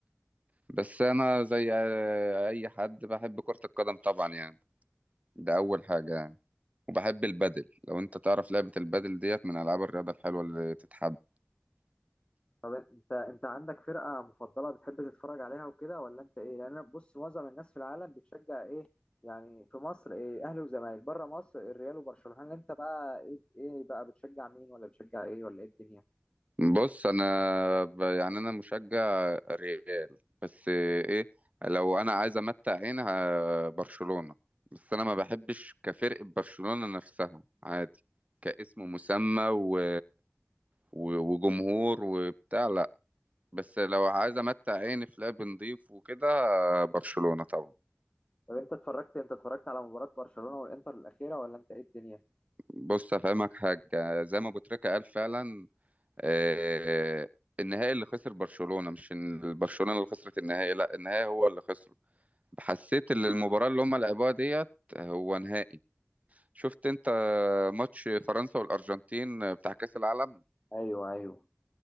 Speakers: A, on the right; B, on the left.
A: بس أنا زي آه، أي حد بحب كرة القدم طبعا يعني ده أول حاجة يعني وبحب البادل لو أنت تعرف لعبة البادل ديت من ألعاب الرياضة الحلوة اللي تتحب
B: انت انت عندك فرقه مفضله بتحب تتفرج عليها وكده ولا انت ايه لان انا بص معظم الناس في العالم بتشجع ايه يعني في مصر ايه اهلي وزمالك بره مصر الريال وبرشلونه انت بقى ايه ايه بقى بتشجع مين ولا بتشجع ايه ولا ايه الدنيا
A: بص انا ب... يعني انا مشجع ريال بس ايه لو انا عايز امتع عين ه- برشلونة بس انا ما بحبش كفرقة برشلونة نفسها عادي كاسم مسمى و... و... وجمهور وبتاع لا بس لو عايز امتع عيني في لعب نضيف وكده برشلونة طبعا
B: طب انت اتفرجت انت اتفرجت على مباراه برشلونه والانتر الاخيره ولا انت ايه الدنيا
A: بص افهمك حاجة زي ما ابو تريكة قال فعلا آه، النهائي اللي خسر برشلونة مش إن- برشلونة اللي خسرت النهائي لا النهائي هو اللي خسر حسيت ان المباراة اللي هم لعبوها ديت هو نهائي شفت انت ماتش فرنسا والارجنتين بتاع كأس العالم
B: ايوه ايوه